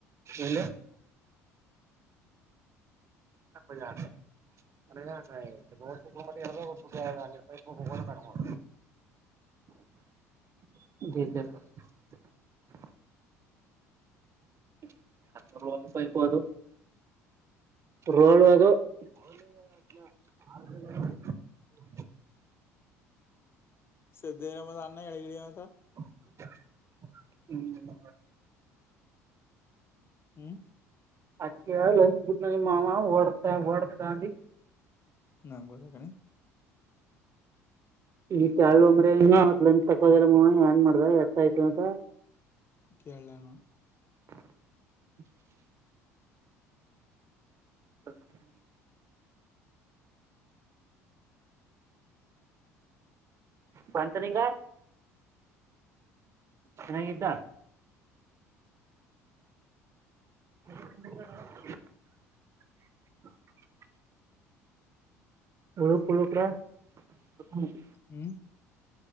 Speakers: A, on the right; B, on the left.
A: ಎಲ್ಲಿ ಹಪ್ಪಜ ಅಂದೆ <unintelligible> <unintelligible> <unintelligible> ಪೈಪ ಅದು ರೋಲ್ವದು <unintelligible>
B: ಸಿದ್ದೇ <unintelligible> ಣ್ಣಾ ಇದ್ ಯಾವುದು
A: ಹ್ಮ್
B: ಹ್ಮ
A: ಅಕ್ಕಿ ಲಂಚ್ ಬಿಟ್ಟನ ನಿಮ್ಮ ಮಾವ ಒಡ್ತಾ ಒಡ್ತಾ ಅಂದಿ
B: <unintelligible>
A: ಈ ಕಾಳ್ ಅಂದ್ರೆ ಇನ್ನ ಲಂಚ್ ತಕ್ಕೋದಲ್ಲ ಏನ್ ಮಾಡ್ದ ಎಟ್ಟ್ ಆಯ್ತು ಅಂತ
B: ಕೇಳ್ಣ್ಣು
A: <inaudible> <unintelligible> ಬಂತ ನಿಂಗ ಚೆನ್ನಾಗಿದ್ದ. <inaudible> ಹುಳಪುಳು <unintelligible>
B: ಹ್ಮ್